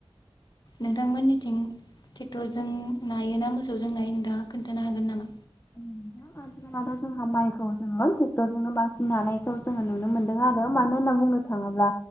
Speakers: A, on the left (about 45°); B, on the left (about 25°).
A: नोंथां मोननिथिं ट्रेक्टर जों नायो ना मोसौजों नायो नोंथाङा खोन्थानो हागोन नामा?
B: उम। आथिखालावथ' जोंहा माइखौ जोङो ट्रेक्टर जोंनो बांसिन नानायखौ जोङो नुनो मोनदों आरो मानोना बुंनो थाङोब्ला